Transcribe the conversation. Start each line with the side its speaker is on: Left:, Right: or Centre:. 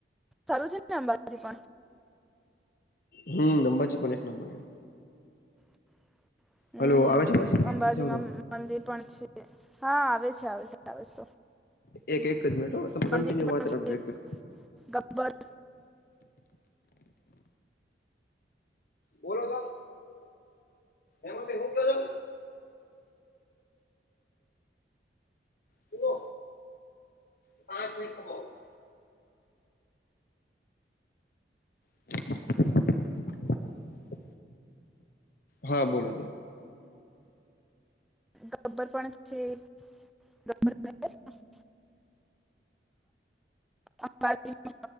Centre: સારું છે ને અંબાજી પણ
Left: હમ્મ અંબાજી પણ એક નંબર-
Centre: <inaudible> હમ્મ
Left: હલો આવે છે અવાજ
Centre: અંબાજીમાં
Left: નથી આવતો
Centre: મંદિર પણ છે હા આવે છે આવે આવે છે.
Left: એક એક જ મિનિટ તમે
Centre: મંદિર
Left: કન્ટિન્યુ
Centre: પણ
Left: વાત રાખજો
Centre: છે
Left: એક જ
Centre: ગબ્બર
Left: બોલો તો એમાં <unintelligible> છો <inaudible> <inaudible> હા બોલો-
Centre: ગબ્બર પણ છે <unintelligible> અંબાજી-